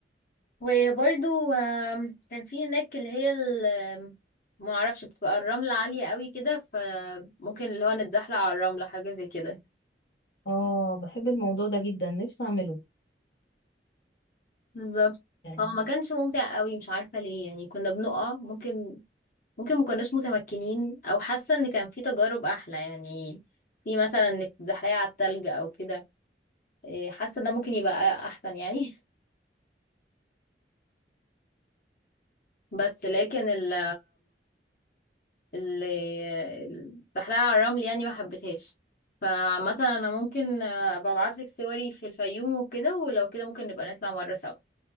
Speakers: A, on the left; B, on the left.
A: وبرده كان في هناك اللي هي ال- ما اعرفش بتبقى الرملة عالية قوي كده فممكن اللي هو نتزحلق على الرملة حاجة زي كده
B: اه بحب الموضوع ده جدا نفسي اعمله
A: بالظبط
B: يعني
A: هو ما كانش ممتع قوي مش عارفة ليه يعني كنا بنقع ممكن ممكن ما كناش متمكنين او حاسه ان كان في تجارب احلى يعني في مثلا انك تتزحلقي على التلج او كده إيه، حاسه ده ممكن يبقى احسن يعني <laughs> بس لكن ال ال- الزحلقه على الرمل يعني ما حبيتهاش فعامه انا ممكن آه، ابقى ابعتلك صوري في الفيوم وكده ولو كده ممكن نبقى نطلع مره سوا